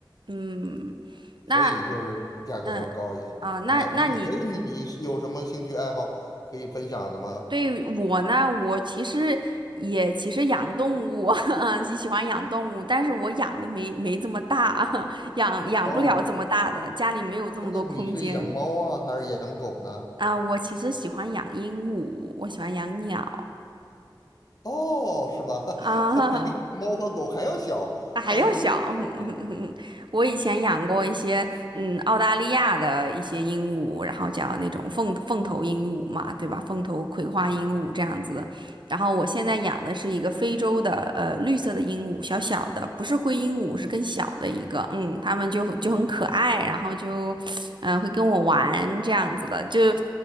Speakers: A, on the right; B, on the left.
A: 嗯，那
B: 所以就是价格要高一些。
A: 嗯啊，那那你
B: 嗯，你哎，你是有什么兴趣爱好可以分享的吗？
A: 对我呢，我其实也其实养动物，<laughs> 嗯，喜欢养动物，但是我养的没没这么大，<laughs> 养养不了这么大的，
B: 哦，
A: 家里没有这么多空间
B: 那你是养猫啊，还是养狗呢？
A: 啊。我其实喜欢养鹦鹉，我喜欢养鸟
B: 哦，是吧？<laughs>
A: 啊，
B: 比比猫和狗还要小啊，
A: <laughs> 还要小，
B: 鹦鹉啊，
A: <laughs> 我以前养过一些，嗯，澳大利亚的一些鹦鹉，然后叫那种凤凤头鹦鹉嘛，对吧？凤头葵花鹦鹉这样子的。
B: 哦，
A: 然后我现在养的是一个非洲的，呃，绿色的鹦鹉，小小的，不是灰鹦鹉，是更小的一个。
B: 嗯
A: 嗯，它们就就很可爱，
B: 嗯，
A: 然后就，<tsk> 嗯、会跟我玩这样子的，就